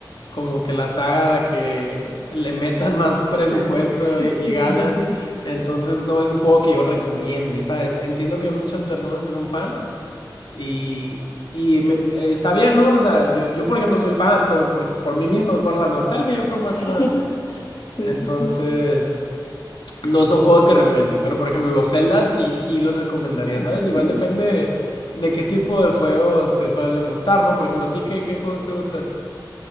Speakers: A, on the left (about 80°); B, on the left (about 55°).
A: como que la saga a la que le metan más presupuesto
B: <laughs>
A: y, y
B: Sí,
A: ganas.
B: sí, sí.
A: Entonces no es un juego que yo recomiende, ¿sabes? Entiendo que hay muchas personas que son fans y, y me- está bien, ¿no? O sea, yo, yo, por ejemplo soy fan, pero por, por mí mismo, por la nostalgia yo creo
B: <laughs>
A: más que nada.
B: Sí,
A: Entonces,
B: sí, sí.
A: no son juegos que recomiende, pero por ejemplo los Zelda sí, sí los recomendaría, ¿sabes?
B: Eso sí.
A: Igual depende de qué tipo de juegos te suelen gustar, ¿no? Por ejemplo, ¿a ti qué, qué juegos te gustan?